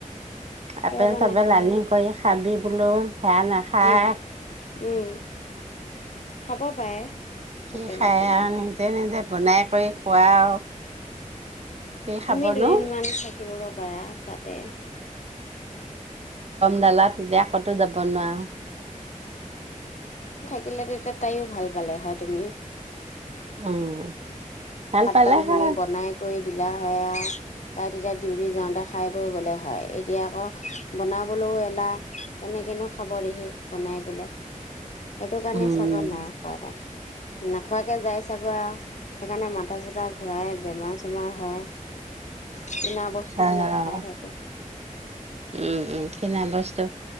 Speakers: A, on the right; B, on the left.
A: আপেল
B: কিয় বা
A: চাপেল
B: নাখায়
A: আনি
B: আৰু
A: কৰি খাবি হেল্ল হেয়া নাখায়
B: উম, উম, খাব পাৰে
A: কি
B: আপেল
A: খাই
B: এপেল বিলাক।
A: নিজে নিজে বনাই কৰি খোৱাই আৰু কি খাবনো
B: তুমি দুদিনমান থাকিবগৈ পাৰা তাতে
A: ডালাত বেয়া ক'তো যাব নোৱাৰোঁ।
B: থাকিলেটো এতিয়া তাইয়ো ভাল পালে হয় তুমি।
A: উম। ভাল
B: ভাত
A: পালে
B: পানী খিনি
A: হয়
B: বনাই কৰি দিলা হয়। তাই তেতিয়া ডিউটি যাওঁতে খাই বৈ গ'লে হয়। এতিয়া আকৌ বনাবলৈও এলাহ কেনেকেনো খাব দেহি বনাই পেলাই। সেইটো কাৰণে
A: উম
B: চাগৈ নাই‌ খোৱা তাই। নেখোৱাকে যায় চাগৈ আৰু সেইকাৰে মান <unintelligible> ঘূৰাই, ‌বেমাৰ‌, চেমাৰ হয়। কিনা বস্তুবিলাক
A: অ',
B: খাই থাকে
A: উম, উম, কিনা বস্তু